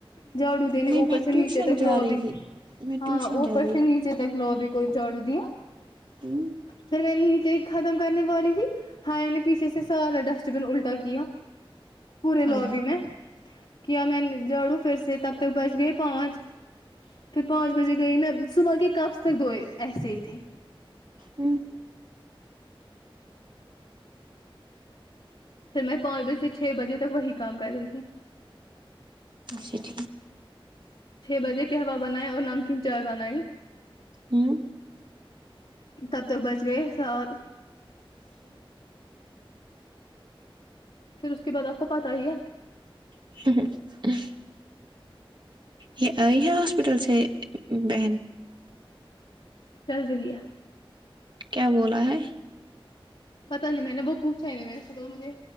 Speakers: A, on the left; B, on the right.
A: جھاڑو دینے
B: نہیں
A: اوپر
B: میں
A: سے
B: ٹیوشن
A: نیچے تک لوابی
B: جا رہی تھی میں
A: ہاں
B: ٹیوشن
A: اوپر
B: جا رہی
A: سے نیچے تک لو بھی کوئی چاڑودیا
B: ہوں
A: پھر میں نے نیچے ختم کرنے والی تھی ہھائی نے پیچھے سے سارا ڈسٹ بن الٹا کیا پورے لوبی
B: ہائے ہائے
A: میں کیا میں جڑوں پھر سے تب تک بچ گئے پانچ پھر پانچ بجے گئی میں صبح کے کبص تک دو ایسے ہی تھی
B: ہوں
A: پھر میں پانچ بجے سے چھ بجے تک وہی کام کر رہی تھی
B: جی ٹھیک
A: چھ بجے کے ہلو بنائے اور نمکین چائے بنائی
B: ہوں
A: تب تک بچ گئے سات پھر اس کے بعد آپ کو پتہ ہی ہے
B: ہ یہ آئی ہے ہاسپٹل سے بہن
A: چل رہی ہے
B: کیا بولا ہے
A: پتا نہیں میں نے وہ پوچھا ہی نہیں میں نے بو مجھے